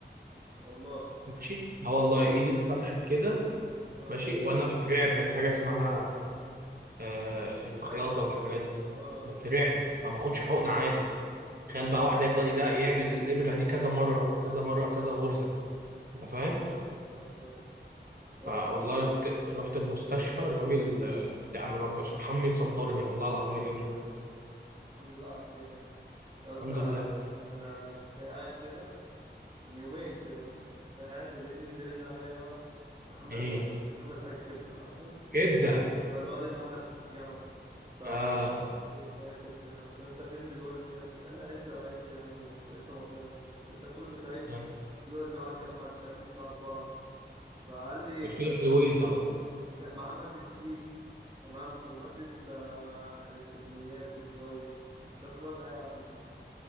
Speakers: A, on the right; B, on the right.
A: والله
B: ماشي اه والله
A: اه
B: ايدي اتفتحت كده
A: آه،
B: ماشي وانا بترعب من حاجه اسمها آه الخياطه
A: تمام
B: والحاجات دي
A: اه
B: بترعب ما باخدش حقن عادي
A: اه
B: تخيل بقى واحد يفضل يدا- يعمل الابره دي كذا مره وكذا مره وكذا غرزه انت فاهم
A: اه فاهم يا
B: فوالله
A: اسطى
B: رحت رحت المستشفى الراجل آه، يعني رب سبحان صبرني والله العظيم اليوم ده
A: الحمد لله على خير يا عم يا اسطى
B: الحمد
A: انا
B: لله
A: انا كنت قاعد كده من يومين كده ولا حاجه كنت قاعد ولقيت مين بيرن عليا بقى محمد
B: ايه
A: سعد محمد سعد كبده عارفه
B: كده
A: هو الواد اللي معانا في الجامعه ده ف
B: اه
A: ازيك وبتاع قلت له انت فين دلوقتي يا ابني قال لي أنا لسه بعيد يا عم ولسه ما طلعتش قلت له ده كله بتعيد
B: آه.
A: قلت له انت معاك كام ماده قال لي بتاع اربعه فقال لي
B: قلت
A: كان
B: له حلوين طب
A: ك- مع مادة هيت تمام ومادة آه، إلكترونيات وديزاين مش عارف الواد ده هيعدي ازاي